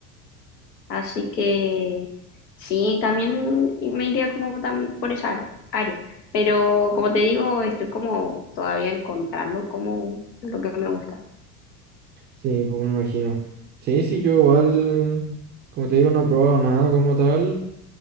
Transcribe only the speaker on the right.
Sí, pues me imagino. Sí, sí, yo igual, como te digo, no he probado nada como tal,